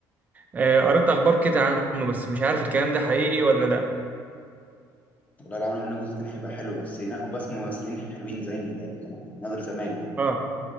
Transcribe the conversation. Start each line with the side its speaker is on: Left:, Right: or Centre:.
Right: آه، قريت اخبار كده عنه بس مش عارف الكلام ده حقيقي ولا لا
Left: والله لو عملوا منه جزء تاني هيبقى حلو بس ينقوا بس ممثلين حلوين زي ال- اللي كانوا في الناظر زمان يعني
Right: اه